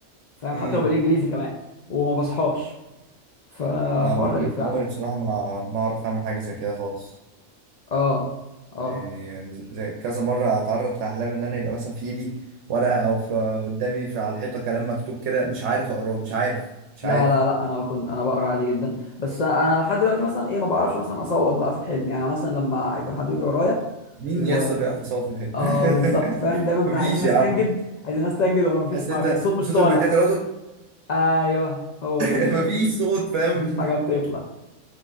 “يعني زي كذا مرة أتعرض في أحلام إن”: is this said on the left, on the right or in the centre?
Right